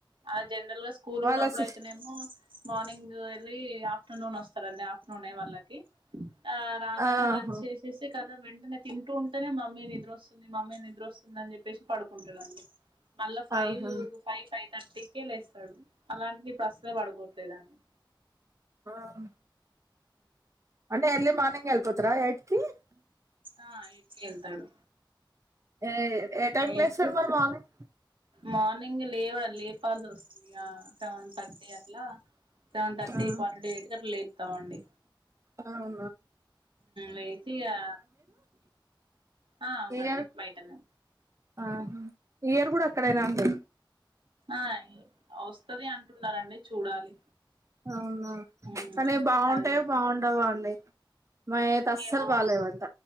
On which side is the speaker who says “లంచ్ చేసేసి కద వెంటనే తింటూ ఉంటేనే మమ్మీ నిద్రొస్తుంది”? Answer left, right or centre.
Right